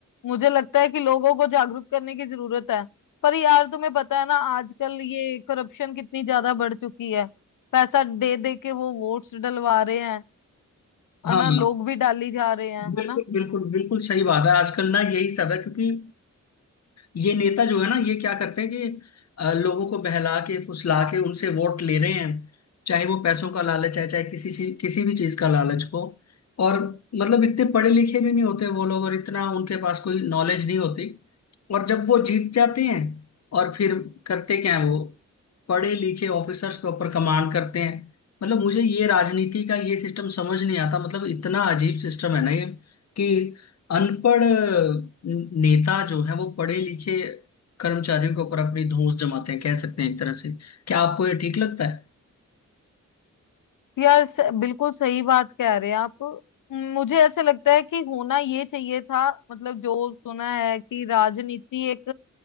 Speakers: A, on the left (about 85°); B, on the left (about 55°).
A: मुझे लगता है कि लोगों को जागरूक करने की जरूरत है पर यार तुम्हें पता है ना आजकल ये करप्शन कितनी ज्यादा बढ़ चुकी है पैसा दे दे के वो वोट्स डलवा रहे हैं और
B: हाँ
A: ना लोग भी डाली जा रहे हैं
B: बिल्कुल
A: है ना
B: बिल्कुल बिल्कुल सही बात है आजकल ना यही सब है क्योंकि ये नेता जो है ना ये क्या करते हैं कि अ, लोगों को बहला के फुसला के उनसे वोट ले रहे हैं चाहे वो पैसों का लालच है चाहे किसी चीज किसी भी चीज का लालच हो और मतलब इतने पढ़े लिखे भी नहीं होते वो लोग और इतना उनके पास कोई नॉलेज नहीं होती और जब वो जीत जाते हैं और फिर करते क्या है वो पढ़े लिखे ऑफिसर्स के ऊपर कमांड करते हैं मतलब मुझे ये राजनीति का ये सिस्टम समझ नहीं आता मतलब इतना अजीब सिस्टम है ना ये कि अनपढ़ नेता जो है वो पढ़े लिखे कर्मचारियों के ऊपर अपनी धौंस जमाते हैं कह सकते हैं एक तरह से क्या आपको ये ठीक लगता है
A: यार स, बिल्कुल सही बात कह रहे हैं आप मुझे ऐसे लगता है कि होना ये चाहिए था मतलब जो सुना है कि राजनीति एक